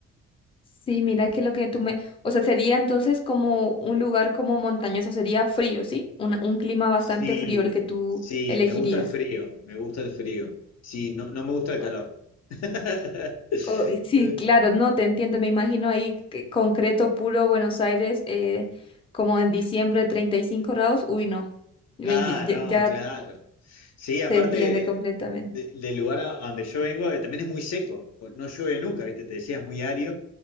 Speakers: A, on the left; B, on the left.
A: Sí, mira que lo que tú me, o sea, sería entonces como un lugar como montañoso, sería frío, ¿sí? Un, un clima bastante
B: Sí,
A: frío el que tú
B: sí,
A: elegirías.
B: me gusta el frío, me gusta el frío. Sí, no, no me gusta el
A: O-
B: calor. <laughs>
A: o- y sí, claro, no, te entiendo, me imagino ahí que concreto puro Buenos Aires, eh, como en diciembre 35 grados, uy, no, me-
B: Ah,
A: ya,
B: no,
A: ya
B: claro. Sí, aparte
A: te entiende completamente.
B: de- del lugar a a donde yo vengo, eh, también es muy seco, pues no llueve nunca, ¿viste? Te decía, es muy árido.